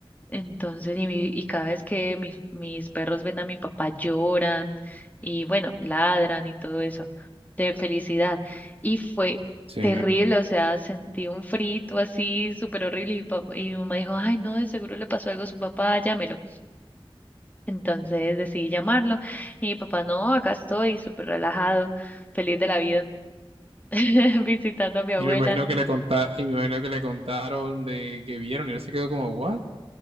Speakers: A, on the left; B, on the right.
A: entonces, y, mi- y cada vez que mis, mis perros ven a mi papá lloran y bueno, ladran y todo eso de felicidad. Y fue
B: sí.
A: terrible, o sea, sentí un frito así súper horrible y mi, pap- y mi mamá dijo, ay, no, de seguro le pasó algo a su papá, llámelo. Entonces decidí llamarlo y mi papá, no, acá estoy súper relajado, feliz de la vida, <laughs> visitando a mi abuela.
B: Y me imagino que le conta, y me imagino que le contaron de que vieron y él se quedó como, ¿what?